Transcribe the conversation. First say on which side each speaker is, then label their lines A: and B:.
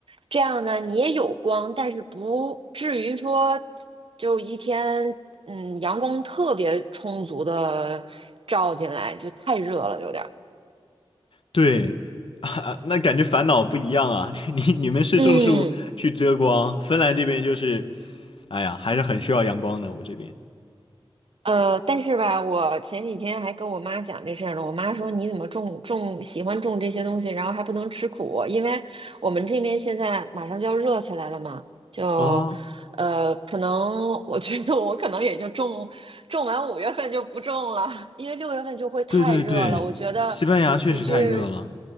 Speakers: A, on the right; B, on the left.
A: 这样呢你也有光，但是不至于说就一天嗯阳光特别充足的照进来，就太热了有点儿，
B: 对 <laughs> 啊，那感觉烦恼不一样啊。<laughs> 你你们是种树去遮光，
A: 嗯
B: 芬兰这边就是，哎呀，还是很需要阳光的。我这边
A: 呃，但是吧，我前几天还跟我妈讲这事儿呢。我妈说：“你怎么种种喜欢种这些东西，然后还不能吃苦？因为我们这边现在马上就要热起来了嘛，就呃，
B: 啊。哦
A: 可能我觉得我可能也就种种完五月份就不种了，因为六月份就会太热了。
B: 对对对，
A: 我觉得你去
B: 西班牙确实太热了。